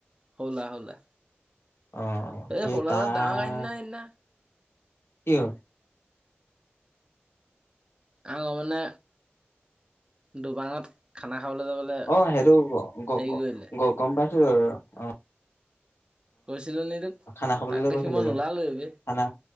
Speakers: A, on the right; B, on the left.
A: হলা হলে
B: অ',
A: এই
B: সেই
A: হোলালত
B: তাৰ
A: দাঙ আইনা এইনা
B: কি হ'ল
A: আও মানে দুবাঙত খানা। খাবলৈ যাবলৈ
B: অ' সেইটো গ
A: হেৰি কৰিলে
B: গ গম পাই অ'
A: কৈছিল নি তোক
B: খানা খাবলৈ
A: তাক
B: যে
A: দেখি
B: গৈছিলে
A: মই নোলালো
B: যে
A: এইব
B: খানা